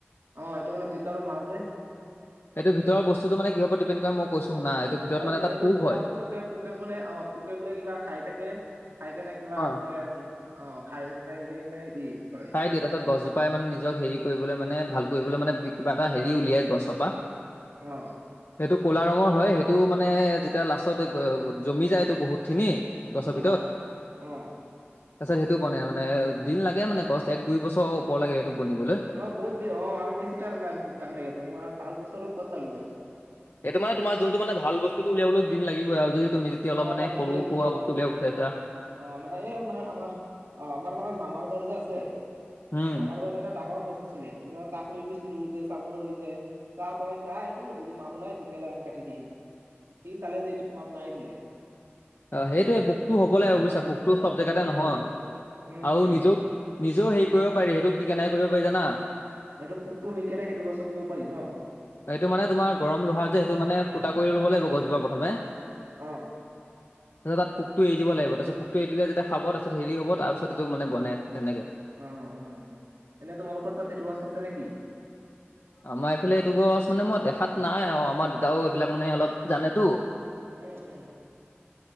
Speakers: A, on the right; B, on the left.
A: অ, এইটো মানে ভিতৰৰ মাল যে।
B: এইটো ভিতৰৰ বস্তুটো মানে কিহৰ উপৰত ডিপেণ্ড কৰে মই কৈছো শুনা এইটো ভিতৰত
A: অ,
B: মানে
A: এইটোত
B: এটা
A: -এইটো কিবা
B: হয়।
A: পোক কেত পোকে বোলে অ, পোকে বোলে কিবা খাই থাকে খাই কেনে কিবা
B: অ
A: বোলে অ, খাই -খাই কিনে হেৰি কৰে।
B: খাই দিয়ে তাৰপাছত গছজোপাই মানে নিজক হেৰি কৰিবলৈ মানে ভাল কৰিবলৈ মানে কিবা এটা হেৰি উলিয়াই গছৰ পা <inaudible>
A: অহ',
B: সেইটো কোলা ৰঙৰ হয় সেইটো মানে যেতিয়া লাষ্টত জমি যায় এইটো বহুত খিনি গছৰ ভিতৰত
A: অ অ
B: তাৰপিছত সেইটো বনে মানে দিন লাগে মানে গছ এক, দুই বছৰ ওপৰ লাগে সেইটো বনিবলে।
A: অ, বহুত ব অ, আৰু বেছি <unintelligible> টাইম লাগে আৰু পাঁচ বছৰত উপৰত লাগি যায়।
B: এইটো মানে তোমাৰ যোনটো মানে ভাল বস্তুটো উলিয়াবলৈ দিন লাগিবই আৰু যদি তুমি সি অলপ
A: অ
B: মানে
A: দাম
B: সৰু
A: দিন লাগিব
B: সুৰা
A: অ
B: বস্তু উলিয়াব গুচাইছা।
A: অ মানে এই মানে আমাৰ অ আমাৰ মানে মামাৰ ঘৰত যে আছে,
B: উম
A: মামাৰ ঘৰত এটা ডাঙৰ গছ আছিলে পিছত তাক লৈ গৈছিলো যে চাবলৈ যে তা তই চা এইটো যদি মাল ওলাই তেতিয়া হ'লে আমি কাটি দিম। সি চালে যে এইটোত মাল নাই বোলে।
B: অ সেইটোয়ে পোকটো হ'ব লাগিব বুজিছা?
A: অ
B: পোকটো চব
A: অ
B: জেগাতে
A: পোকটো হ'ব
B: নহয়
A: লাগে উম
B: আৰু
A: উম
B: নিজেও নিজেও হেৰি কৰিব পাৰি সেইটো কি কেনেকে কৰিব পাৰি জানা?
A: এইটো পোকটো নি কেনে সেইটো গছত দিব পাৰি ন।
B: এইটো মানে তোমাৰ গৰম লোহা যে সেইটো মানে ফুটা কৰি ল'ব লাগিব গছজোপা প্ৰথমে।
A: অ।
B: তাৰ পিছত পোকটো এৰি দিব লাগিব তাৰপিছত পোকটো এৰি দিলে যেতিয়া খাব তাৰপিছত হেৰি হ'ব তাৰ পিছত এইটো বনে তেনেকে।
A: অ অ, এনে তোমালোকৰ তাত সেইটো গছ আছে নেকি?
B: আমাৰ এইফালে এইটো গছ মানে মই দেখাত নাই আৰু আমাৰ দেউতাও এইবিলাক মানে অলপ জানেতো।
A: উম উম।